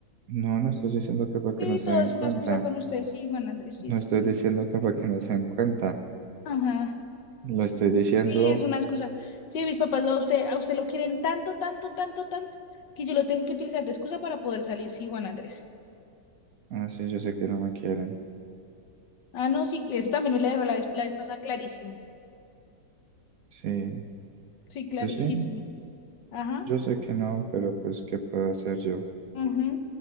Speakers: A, on the right (about 65°); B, on the left (about 80°).
A: No, no estoy diciendo que para que
B: Sí,
A: no se
B: todo
A: den
B: es
A: cuenta.
B: una excusa con usted. Sí, Juan Andrés,
A: No
B: sí, sí,
A: estoy
B: sí.
A: diciendo que para que no se den cuenta.
B: Ajá.
A: Lo estoy diciendo,
B: Sí, es una excusa. Sí, mis papás a usted, a usted lo quieren tanto, tanto, tanto, tanto, que yo lo tengo que utilizar de excusa para poder salir. Sí, Juan Andrés.
A: ah, sí, yo sé que no me quieren.
B: Ah, no, sí, que eso también me la dejó la vez, la vez pasada clarísimo.
A: Sí,
B: Sí, clarísimo.
A: pues sí,
B: Ajá.
A: yo sé que no, pero pues, ¿qué puedo hacer yo?
B: Ajá.